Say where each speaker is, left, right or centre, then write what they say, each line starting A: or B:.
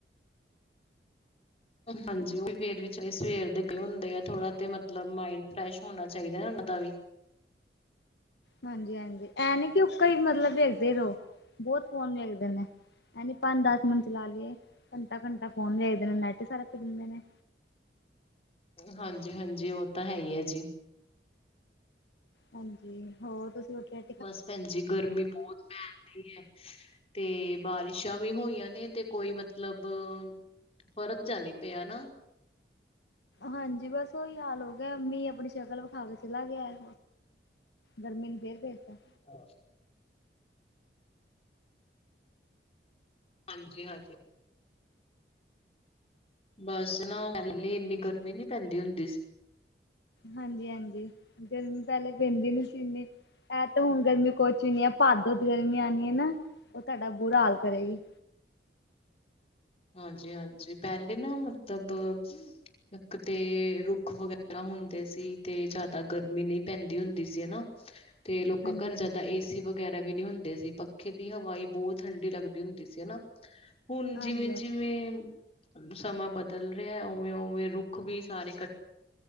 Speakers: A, on the left; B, on the left.
A: ਹਾਂਜੀ, ਉਹ ਵੀ ਫੇਰ ਵੀ ਸਵੇਰ ਦੇ ਗਏ ਹੁੰਦੇ ਆ, ਥੋੜਾ ਤੇ ਮਤਲਬ ਮਾਇੰਡ ਫਰੈਸ਼ ਹੋਣਾ ਚਾਹੀਦਾ ਨਾ ਉਹਨਾ ਦਾ ਵੀ।
B: ਹਾਂਜੀ-ਹਾਂਜੀ, ਐ ਨੀ ਕਿ ਉੱਕਾ ਈ ਮਤਲਬ ਵੇਖਦੇ ਰਹੋ, ਬਹੁਤ ਫੋਨ ਵੇਖਦੇ ਨੇ। ਹੈਨੀ ਪੰਜ-ਦੱਸ ਮਿੰਟ ਚਲਾ ਲਈਏ, ਘੰਟਾ-ਘੰਟਾ ਫੋਨ ਵੇਖਦੇ ਨੇ, ਨੈੱਟ ਈ ਸਾਰਾ ਪੀ ਜਾਂਦੇ ਨੇ।
A: ਹਾਂਜੀ -ਹਾਂਜੀ ਉਹ ਤਾਂ ਹੈ ਹੀ ਹੈ ਜੀ।
B: ਹਾਂਜੀ ਹੋਰ ਤੁਸੀਂ ਉੱਠੇ
A: ਬਸ ਭੈਣ ਜੀ ਗਰਮੀ ਬੋਤ ਪੈਣ ਡਹੀ ਏ। ਤੇ ਬਾਰਿਸ਼ਾਂ ਵੀ ਹੋਈਆਂ ਨੇ ਤੇ ਕੋਈ ਮਤਲਬ ਫਰਕ ਜਿਆ ਨੀ ਪਿਆ ਨਾ।
B: ਹਾਂਜੀ ਬਸ ਓਹੀ ਹਾਲ ਹੋ ਗਿਆ ਮੀਂਹ ਆਪਣੀ ਸ਼ਕਲ ਵਿਖਾ ਕੇ ਚਲਾ ਗਿਆ ਏ। ਗਰਮੀ ਨੂੰ ਫੇਰ ਭੇਜ ਤਾ
A: ਹਾਂ। ਹਾਂਜੀ -ਹਾਂਜੀ। ਬਸ ਨਾ, ਪਹਿਲੇ ਇੰਨੀ ਗਰਮੀ ਨੀ ਪੈਂਦੀ ਹੁੰਦੀ ਸੀ।
B: ਹਾਂਜੀ -ਹਾਂਜੀ, ਗਰਮੀ ਪਹਿਲੇ ਪੈਂਦੀ ਨੀ ਸੀ ਇਨੀਂ। ਇਹ ਤੇ ਹੁਣ ਗਰਮੀ ਕੁਛ ਵੀ ਨੀ, ਐ ਭਾਦੋਂ ਦੀ ਗਰਮੀ ਆਂਣੀ ਐ ਨਾ, ਉਹ ਤੁਹਾਡਾ ਬੁਰਾ ਹਾਲ ਕਰੇਗੀ।
A: ਹਾਂਜੀ -ਹਾਂਜੀ, ਪਹਿਲੇ ਨਾ ਮਤਬ- ਇੱਕ ਤੇ ਰੁੱਖ ਵਗੈਰਾ ਹੁੰਦੇ ਸੀ, ਤੇ ਜਿਆਦਾ ਗਰਮੀ ਨੀ ਪੈਂਦੀ ਹੁੰਦੀ ਸੀ ਹਨਾ।
B: <inaudible>
A: ਤੇ, ਲੋਕਾਂ
B: ਹਾਂਜੀ
A: ਘਰ
B: ਹਾਂਜੀ
A: ਜਾਦਾ ਏ ਸੀ ਏ ਸੀ ਵਗੈਰਾ ਵੀ ਨੀ ਹੁੰਦੇ ਸੀ, ਪੱਖੇ ਦੀ ਹਵਾ ਈ ਬੋਤ ਠੰਢੀ ਲੱਗਦੀ ਹੁੰਦੀ ਸੀ ਹਨਾ। ਹੁਣ
B: ਹਾਂਜੀ
A: ਜਿਵੇਂ-
B: ਹਾਂਜੀ
A: ਜਿਵੇਂ ਸਮਾਂ ਬਦਲ ਰਿਹਾ, ਉਵੇਂ -ਉਵੇਂ ਰੁੱਖ ਵੀ ਸਾਰੇ ਕ